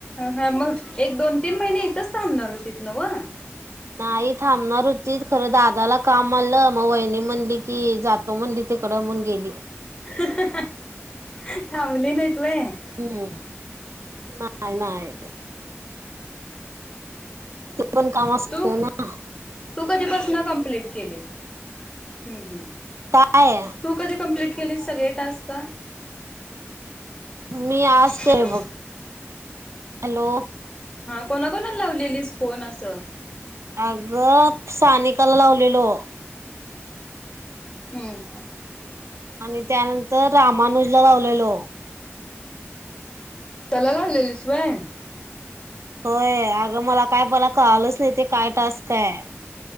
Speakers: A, on the left (about 15°); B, on the right (about 75°).
A: ह मग एक दोन तीन महिने इथच थांबणार होतीथ न व
B: नाही थांबणार होतीत खरं दादाला काम आलं मग वहिणी म्हणली कि जातो म्हणली तिकडं मग गेली
A: <unintelligible> थांबली नाहीत होय
B: हम्म नाही, नाही ते पण काम असत
A: तू
B: ना
A: तू कधीपासून कम्प्लेट केलीस ह, ह
B: काय
A: तू कधी कंप्लीट केली सगळे टास्क
B: मी आज
A: हॅलो.
B: केले बघ हॅलो
A: कोणा कोणाला लावलेलीस फोन असं
B: अगं सानिकाला लावलेलो
A: हम्म
B: आणि त्यानंतर रामानुजला लावलेलो
A: त्याला लावलेलीस होय
B: होय अगं मला काय मला कळलंच नाही ते काय टास्क आहे